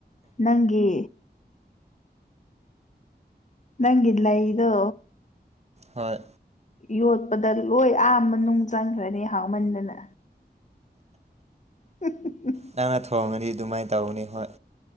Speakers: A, on the left; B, on the right.
A: ꯅꯪꯒꯤ ꯅꯪꯒꯤ ꯂꯩꯗꯣ
B: ꯍꯣꯏ
A: ꯌꯣꯠꯄꯗ ꯂꯣꯏ ꯑꯥꯝꯕ ꯅꯨꯡ ꯆꯪꯈ꯭ꯔꯅꯤ ꯍꯥꯎꯃꯟꯗꯅ ꯎ
B: ꯅꯪꯅ ꯊꯣꯡꯉꯗꯤ ꯑꯗꯨꯃꯥꯏꯅ ꯇꯧꯒꯅꯤ ꯍꯣꯏ